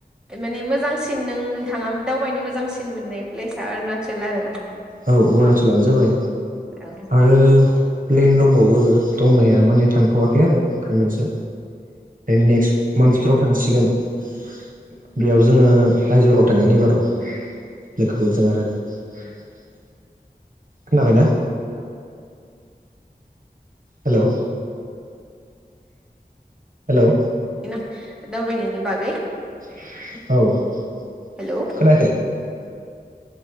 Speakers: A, in the centre; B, on the right (about 55°).
A: माने मोजांसिन। नों नोंथाङा दावबायनो मोजांसिन मोननाय प्लेस आ अरुणाचल आरो ना?
B: औ अरुणचलानो जाबाय
A: औ
B: आरो। प्लेन दंबावो दंनाया माने थांथ'वाखै आरो थांगोनसो। नेक्स्ट मान्थआव थांसिगोन। <unintelligible> <inaudible> खोनाबायना। हेल'। हेल'।
A: <unintelligible>
B: <unintelligible>
A: हेलौ